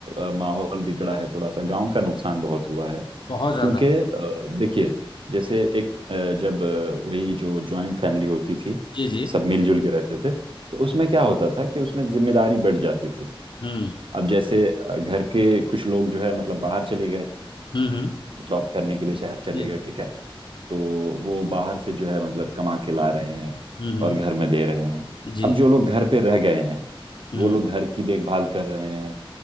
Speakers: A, on the right; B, on the left.
A: अ, माहौल बिगड़ा है थोड़ा सा गांव का नुकसान बहुत हुआ है
B: बहुत ज्यादा
A: क्योंकि अ, देखिए जैसे एक अ, जब अ, वही जो जॉइंट फैमिली होती थी
B: जी जी
A: सब मिलजुल के रहते थे तो उसमें क्या होता था कि उसमें जिम्मेदारी बढ़ जाती थी
B: हम्म
A: अब जैसे अ, घर के कुछ लोग जो है मतलब बाहर चले गए
B: हम्म हम्म
A: जॉब करने के लिए शहर चले
B: जी
A: गए ठीक है तो वो बाहर से जो है मतलब कमा के ला रहे हैं
B: हम्म हम्म,
A: और घर में दे रहे हैं
B: जी
A: अब जो लोग घर पे रह गए हैं
B: हम्म
A: वो लोग घर की देखभाल कर रहे हैं